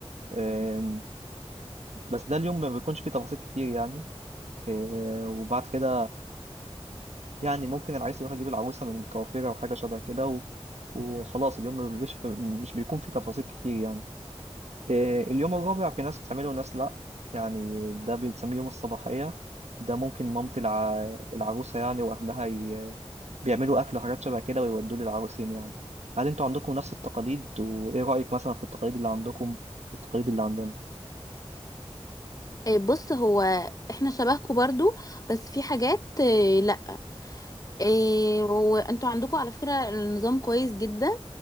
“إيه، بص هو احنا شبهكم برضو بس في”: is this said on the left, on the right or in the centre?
Left